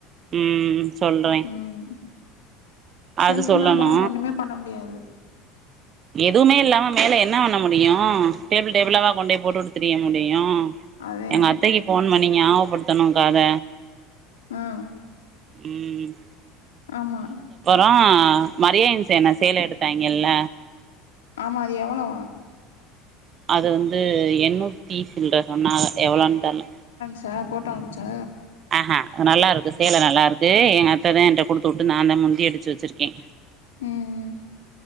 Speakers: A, on the right; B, on the left.
A: ம் சொல்றே
B: ம்
A: அது
B: செல்ஃப்
A: சொல்லணு
B: இல்லாமலா ஒண்ணுமே பண்ண முடியாது
A: எதுவுமே இல்லாம மேல என்ன வண்ண முடியு டேபிள் டேபிளாவா கொண்டோய் போட்டுட்டு திரிய முடியு
B: அதே
A: எங்க அத்தைக்கு ஃபோன் பண்ணி நியாவகப்படுத்தணுங்க்கா அத
B: ம்
A: ம்
B: ஆமா
A: ஆ மரியான் சேன சேல எடுத்தாங்கெல்ல
B: ஆமா அது எவளோ
A: அது வந்து எண்ணூத்தி சில்ற சொன்னாக எவளோன் தெர்ல
B: சா ஃபோட்டா அம்ச்சா
A: ஆஹ நல்லா இருக்கு சேல நல்லா இருக்கு எங்க அத்ததே என்ட்ட குடுத்து வுட்டு நாந்தே முந்தி அடிச்சு வச்சிருக்கே
B: ம் ம்